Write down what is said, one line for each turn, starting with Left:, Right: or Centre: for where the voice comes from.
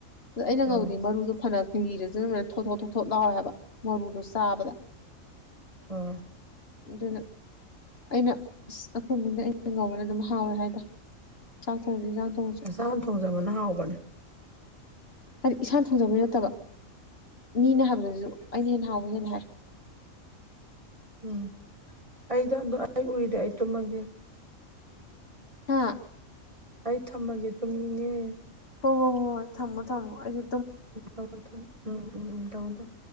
Left: ꯑꯗ ꯑꯩꯅ ꯉꯧꯕꯗꯤ
Right: ꯑꯣ
Left: ꯃꯔꯨꯗꯣ ꯐꯅ ꯂꯤꯔꯖꯨ ꯑꯗꯨꯝꯅꯦ ꯊꯣ ꯊꯣ ꯊꯣ ꯊꯣꯠ ꯂꯥꯎꯋꯦ ꯍꯥꯏꯕ ꯃꯔꯨꯗꯣ ꯆꯥꯕꯗ
Right: ꯑ
Left: ꯑꯗꯨꯅ ꯑꯩꯅ ꯑꯁ ꯑꯩꯈꯣꯏ ꯏꯃꯨꯡꯗ ꯑꯩꯅ ꯑꯩꯅ ꯉꯧꯕꯅ ꯑꯗꯨꯝ ꯍꯥꯎꯋꯦ ꯍꯥꯏꯗ ꯆꯥꯛ ꯊꯣꯡꯗ ꯏꯟꯖꯥꯡ ꯊꯣꯡꯉꯁꯨ
Right: ꯃꯆꯥꯥꯅ ꯊꯣꯡꯖꯕꯅ ꯍꯥꯎꯕꯅꯦ
Left: ꯍꯥꯏꯗꯤ ꯏꯁꯥꯅ ꯊꯣꯡꯖꯕꯩ ꯅꯠꯇꯕ ꯃꯤꯅ ꯍꯥꯏꯕꯗꯁꯨ ꯑꯩꯅ ꯍꯦꯟꯅ ꯍꯥꯎꯕ ꯍꯦꯟꯂꯦ ꯍꯥꯏ
Right: ꯎꯝ ꯑꯩꯗꯣ ꯑꯟꯗꯣ ꯑꯩ ꯎꯔꯤꯗꯤ ꯑꯩ ꯇꯨꯝꯃꯒꯦ
Left: ꯍꯥꯥ
Right: ꯑꯩ ꯊꯝꯃꯒꯦ ꯇꯨꯝꯅꯤꯡꯉꯦ
Left: ꯍꯣꯏ ꯍꯣꯏ ꯍꯣꯏ ꯍꯣꯏ ꯊꯝꯃꯣ ꯊꯝꯃꯣ ꯑꯩꯖꯨ
Right: ꯊꯝꯃꯣ ꯊꯝꯃꯣ ꯎꯝ ꯎꯝ ꯎꯝ ꯊꯝꯃꯣ ꯊꯝꯃꯣ